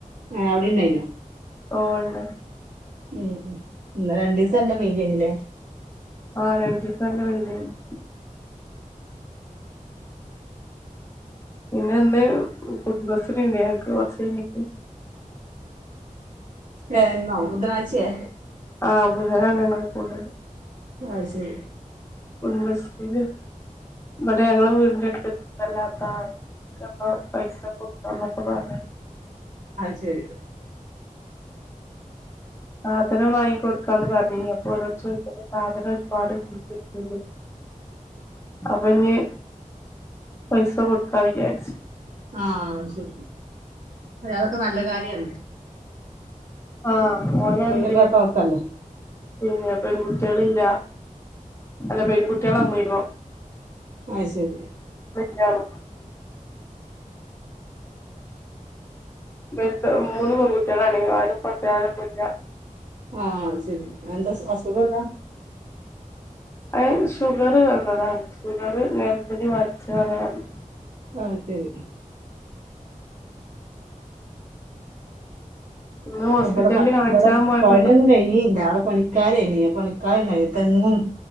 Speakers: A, on the right (about 65°); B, on the left (about 20°).
A: ആ അവിടെ ഉണ്ടായില്ലോ
B: ഓണ
A: ഉം ഇന്നലെ രണ്ടിസ നല്ല വെയിലായിരുന്നില്ലേ
B: ആഹ രണ്ടുസ നല്ല വെയിലായിരുന്നു പിന്നെ എന്താ കുടുംബശ്രീന് ഞ്ഞങ്ങക്ക് കുറച്ച് കയിഞ്ഞിട്ട്
A: ഏ ഇന്നോ ബുധനാഴ്ചയേ
B: ആഹ് ബുധനാണ് ഞങ്ങള് കൂടല്
A: അഹ ശരി
B: കുടുംബ സ്രിയില് ഇവിടെ ഞങ്ങള് വീടിന്റെ അടുത്ത് വല്ലാത്ത ആ പൈസ കൊടുക്കാന്നൊക്കെ പറഞ്ഞ
A: അത് ശരി
B: സാധനം വാങ്ങി കൊടുക്കാന്ന് പറഞ്ഞ് അപ്പൊ ഓരോട് ചോദിച്ച സാധനം ഒരുപാട് <unintelligible> പറഞ്ഞ് പൈസ കൊടുക്കാ വിചാരിച്ചു
A: ആഹ ശരി അ അതൊക്കെ നല്ല കാര്യണ്
B: ആഹ ഓനാണെങ്കില്
A: സുഖല്ലാത്ത ആൾക്കല്ലേ
B: പിന്നെ പെൺകുട്ടികളില്ല അല്ല പെൺകുട്ടികള് <unintelligible>
A: അയ് ശരി
B: <unintelligible> ഇവര് മൂന്ന് പെൺകുട്ടികളാണെ ആരും കൊണ്ടരാനൊന്നില്ല
A: ആ ശരി ന്ത എന്ത് അസ് അസുഖന്ത
B: ഏ ഷുഗർ വന്നതാണ് ഷുഗർ നേരത്തെനി ബാധിച്ചാതാണ്
A: ആഹ ശരി
B: ഇന്ന് ഹോസ്പിറ്റലില്
A: അവിടെ പ
B: കാണിച്ചാൻ
A: ഇവിടെ
B: പോയപ്പോ
A: പനിയൊന്നും
B: ത്ര
A: കയിഞ്ഞില്ല പണി ക്കാരായിരിന്നു പണിക്കാര് ണ്ടായിരുന്നു തെങ്ങും